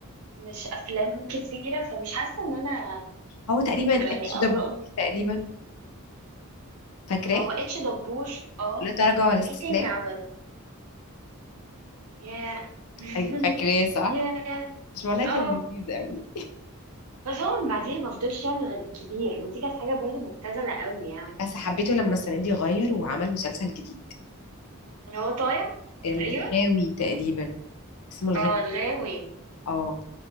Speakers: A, on the right; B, on the left.
A: مش افلام كتيره فمش حاسه ان انا
B: هو تقريبا
A: يعني
B: اتش دبور
A: اقدر اقول
B: تقريبا فاكراه
A: ما هو اتش دبور اه
B: لا تراجع ولا استسلام
A: وايه تاني عمله ياه <laughs>
B: ايوه فاكراه صح
A: ياه
B: مش والله
A: اه
B: كان لذيذ قوي
A: بس هو من بعديها ما فضلش يعمل غير الكبير ودي كانت حاجه برضو مبتذله قوي يعني
B: بس حبيته لما السنه دي غير وعمل مسلسل جديد
A: اللي هو طايع
B: الغاوي
A: تقريبا
B: تقريبا اسمه الغاوي
A: اه الغاوي
B: اه